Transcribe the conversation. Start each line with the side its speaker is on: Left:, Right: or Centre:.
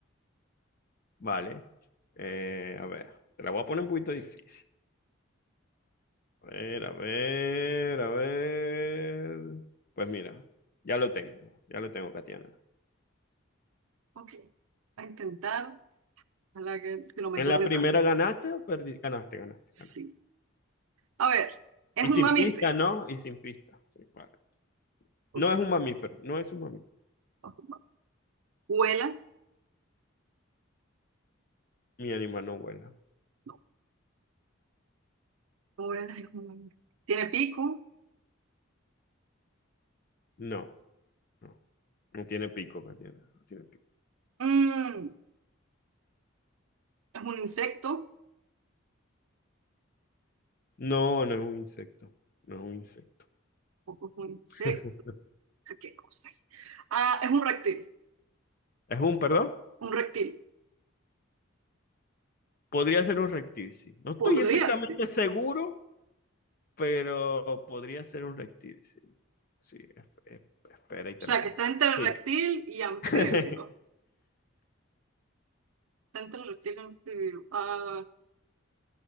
Left: Vale. Eh, a ver, te la voy a poner un poquito difícil. A ver, a ver, a ver. Pues mira, ya lo tengo, ya lo tengo, Katiana.
Right: ok, a intentar, a la que, que lo me
Left: ¿En
Right: tarde
Left: la primera
Right: tanto.
Left: ganaste o perdiste? Ganaste, ganaste,
Right: Sí.
Left: ganaste.
Right: A ver, es
Left: Y
Right: un
Left: sin
Right: mamífero.
Left: pista, ¿no? Y sin pista. Sí, vale.
Right: Ok.
Left: No es un mamífero, no es un mamífero.
Right: Ajá. Vuela.
Left: Mi animal no vuela.
Right: No. No Vuela, es un mamífero. Tiene pico.
Left: No, no. No tiene pico, Katiana. No tiene pico.
Right: Mm, es un insecto.
Left: No, no es un insecto. No es un insecto.
Right: Ojo, Es un insecto.
Left: <laughs>
Right: ¿Qué cosas? Ah, es un reptil.
Left: ¿Es un, perdón?
Right: Un reptil.
Left: Podría ser un reptil, sí. No estoy
Right: Podría
Left: exactamente
Right: ser.
Left: seguro, pero podría ser un reptil, sí. Sí, es- es- espera y te
Right: O sea,
Left: lo pongo.
Right: que está entre
Left: Sí.
Right: reptil y anfibio.
Left: <laughs>
Right: Está entre reptil y anfibio. Ah,